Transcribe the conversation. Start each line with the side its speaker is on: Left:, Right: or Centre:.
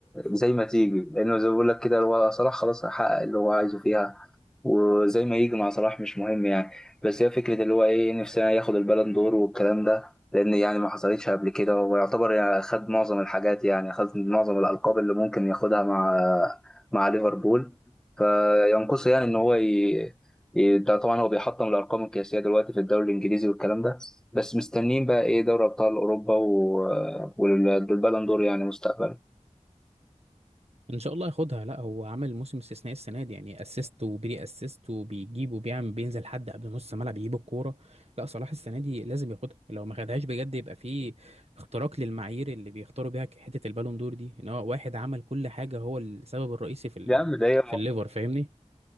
Centre: زي ما تيجي لانه زي ما بقول لك كده هو صلاح خلاص حقق اللي هو عايزه فيها وزي ما يجي مع صلاح مش مهم يعني بس هي فكره اللي هو ايه نفسنا ياخد البالون دور والكلام ده لان يعني ما حصلتش قبل كده ويعتبر يعني خد معظم الحاجات يعني خد معظم الالقاب اللي ممكن ياخدها مع مع ليفربول فينقصه يعني ان هو ي- إيه ده طبعا هو بيحطم الارقام القياسيه دلوقتي في الدوري الانجليزي والكلام ده بس مستنيين بقى ايه دوري ابطال اوروبا و- والبالون دور يعني مستقبلا
Right: ان شاء الله ياخدها لا هو عمل موسم استثنائي السنه دي يعني اسيست وبري اسيست وبيجيب وبيعمل بينزل حد قبل نص ملعب يجيب الكوره لا صلاح السنه دي لازم ياخدها لو ما خدهاش بجد يبقى في اختراق للمعايير اللي بيختاروا بيها حته البالون دور دي ان هو واحد عمل كل حاجه هو السبب الرئيسي في ال
Centre: يا عم ده هي م-
Right: في الليفر فاهمني